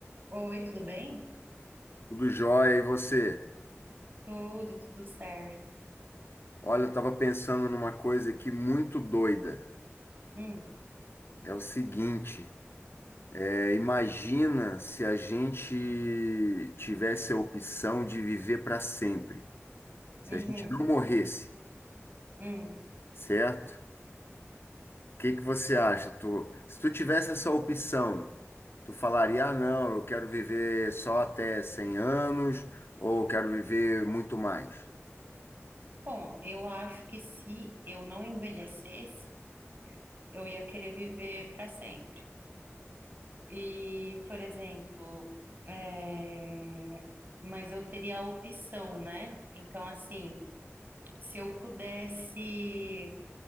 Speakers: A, on the right; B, on the left.
A: Oi, tudo bem?
B: Tudo jóia, e você?
A: Tudo, tudo certo.
B: Olha, eu tava pensando numa coisa aqui muito doida.
A: Hum,
B: É o seguinte, é, imagina se a gente tivesse a opção de viver para sempre, se
A: uhum,
B: a gente não morresse,
A: hum.
B: certo? O que que você acha? Tu, se tu tivesse essa opção, tu falaria, ah, não, eu quero viver só até 100 anos, ou eu quero viver muito mais?
A: Bom, eu acho que se eu não envelhecesse, eu ia querer viver para sempre. E, por exemplo, é, mas eu teria a opção, né? Então, assim, se eu pudesse,